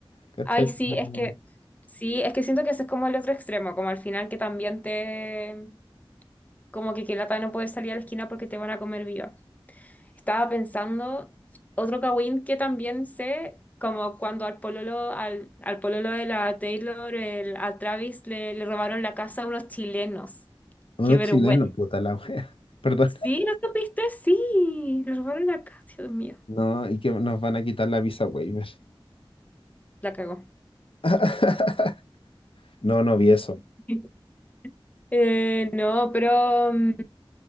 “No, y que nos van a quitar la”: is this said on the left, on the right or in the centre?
Left